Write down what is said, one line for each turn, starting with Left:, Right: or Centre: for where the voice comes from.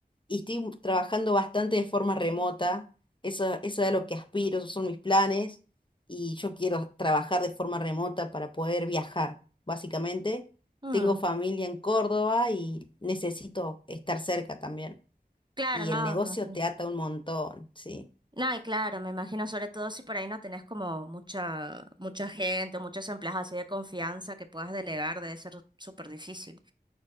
Left: y estoy un- trabajando bastante de forma remota. Eso, eso es a lo que aspiro, esos son mis planes. Y yo quiero trabajar de forma remota para poder viajar, básicamente.
Right: mm,
Left: Tengo familia en Córdoba y necesito estar cerca también.
Right: Claro,
Left: Y
Right: no,
Left: el negocio
Right: me imagino.
Left: te ata un montón, sí.
Right: No, y claro, me imagino sobre todo si por ahí no tenés como mucha, mucha gente, muchos empleados así de confianza que puedas delegar, debe ser súper difícil.